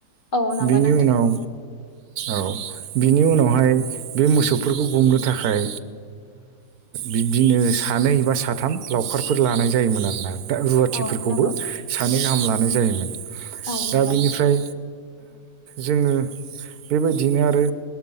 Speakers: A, on the left; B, on the right.
A: औ नंगौ
B: बिनि
A: नोंथां
B: उनाव औ बिनि उनावहाय बे मोसौफोरखौ गुमनो थाखाय बिब्दिनो सानै बा साथाम लावखारफोर लानाय जायोमोन आरोना दाहोना रुवाथिफोरखौबो
A: औ नंगौ
B: सानै गाहाम लानाय जायोमोन
A: औ
B: दा
A: नंगौ
B: बिनिफ्राय
A: नोंथां
B: जोङो बेबायदिनो आरो